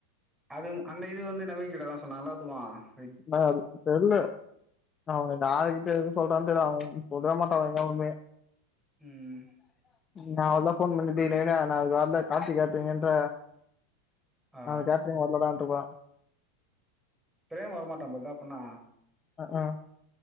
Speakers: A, in the centre; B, on the left.
A: அது அந்த இது வந்து நமைய் கிட்ட தான் சொன்னாங்கல்லா எல்லத்துகு
B: ஆது தெரில அவன் யாருக்கு கிட்ட எது சொல்றான் தெரில அவன் சொல்லவே மாட்டான் எங்க உண்மையே
A: ம்
B: நான் அவதான் போன் பண்ணட்டீா நான் வாரல காட்சி காேட்டீங்கன்ற
A: ஆ
B: நான் அந்த கேட்டுறீங் வர்லடான்ட்டு இருப்ப
A: ப்ரேம வர மாட்ட போதுதான் அப்டிண்ணா
B: அ ஆ